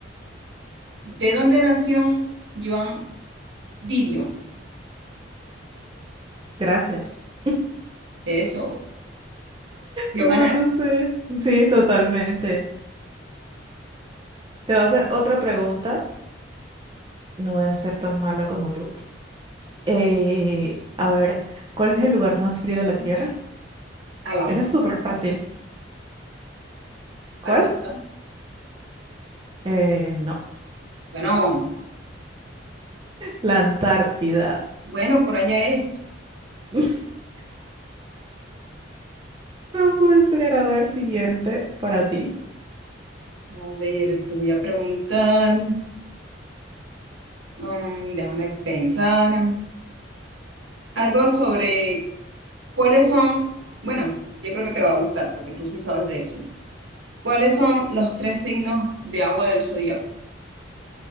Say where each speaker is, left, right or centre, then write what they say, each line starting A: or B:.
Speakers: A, on the right (about 75°); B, on the right (about 25°).
A: ¿De dónde nació Joan Didion?
B: Gracias.
A: Eso, lo
B: No
A: ganaron.
B: lo sé. Sí, totalmente. Te voy a hacer otra pregunta. No voy a ser tan mala como tú. Eh, a ver, ¿cuál es el lugar más frío de la Tierra?
A: Alaska,
B: Ese es súper fácil. ¿Cuál?
A: Alaska.
B: Eh, no.
A: Bueno,
B: La Antártida.
A: bueno, por allá es.
B: <laughs> No puede ser. A ver, siguiente para ti.
A: A ver, te voy a preguntar, mm, déjame pensar, um, algo sobre cuáles son, bueno, yo creo que te va a gustar porque tú sí sabes de eso. ¿Cuáles son los tres signos de agua del zodiaco?